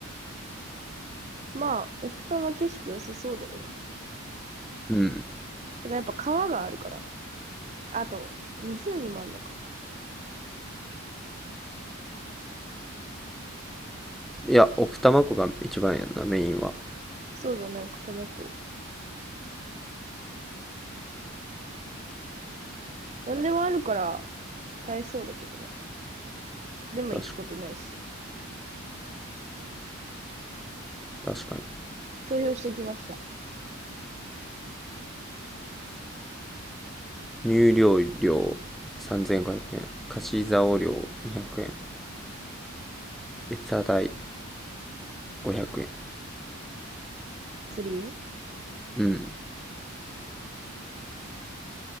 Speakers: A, on the right (about 30°); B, in the centre.
A: まあ、奥多摩景色良さそうだよね。
B: うん。
A: てか、やっぱ川があるから。あと、湖もあんのか。
B: いや、奥多摩湖が一番やんな、メインは。
A: そうだね、奥多摩湖。なんでもあるから、耐えそうだけどね。でも行くことないし。
B: 確かに、確かに。
A: 投票しときました。
B: 入漁料3500円。貸し竿料200円。餌代500円。
A: 釣り
B: うん。